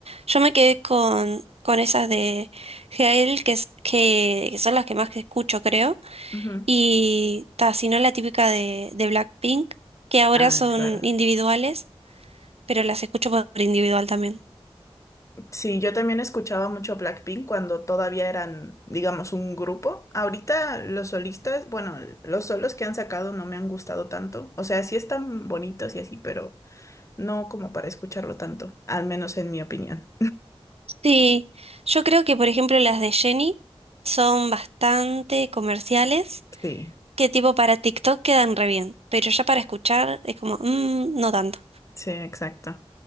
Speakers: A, on the right; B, on the left.
A: Yo me quedé con, con esas de Gael, que, es- que, que son las que más que escucho, creo.
B: Ujú.
A: Y ta, si no la típica de, de Blackpink, que ahora
B: Ah,
A: son
B: claro.
A: individuales. pero las escucho por individual también.
B: Sí, yo también escuchaba mucho Blackpink cuando todavía eran, digamos, un grupo. Ahorita los solistas, bueno, los solos que han sacado no me han gustado tanto. O sea, sí están bonitos y así, pero no como para escucharlo tanto, al menos en mi opinión.
A: Sí, yo creo que por ejemplo las de Jenny son bastante comerciales,
B: Sí,
A: que tipo para TikTok quedan re bien, pero ya para escuchar es como, "Mm, no tanto.
B: sí, exacto.